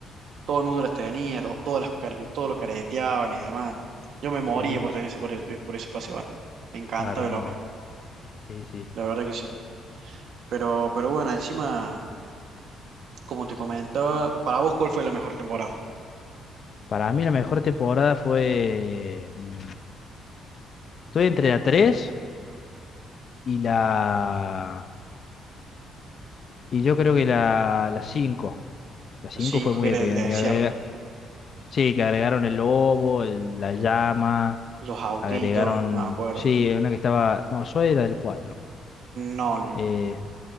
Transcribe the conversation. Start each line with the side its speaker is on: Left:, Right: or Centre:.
Right: todo el mundo las tenía, to- todas las, car- todos los careteaban y demás. Yo me moría
Left: Sí,
Right: por tener
Left: sí,
Right: ese, por, e- por ese pase de batalla. Me encanta
Left: claro,
Right: el
Left: no.
Right: OME,
Left: Sí, sí.
Right: la verdad que sí. Pero, pero bueno, encima, como te comentaba, para vos, ¿cuál fue la mejor temporada?
Left: Para mí la mejor temporada fue. mm, Estoy entre la 3 y la. Y yo creo que la, la cinco La 5
Right: La 5,
Left: fue muy
Right: que era
Left: épica.
Right: el desierto.
Left: que agrega- Sí, que agregaron el lobo, el- la llama.
Right: Los autitos,
Left: Agregaron.
Right: no me acuerdo.
Left: Sí, una que estaba. No, Zoe era del 4
Right: No, l-
Left: Eh,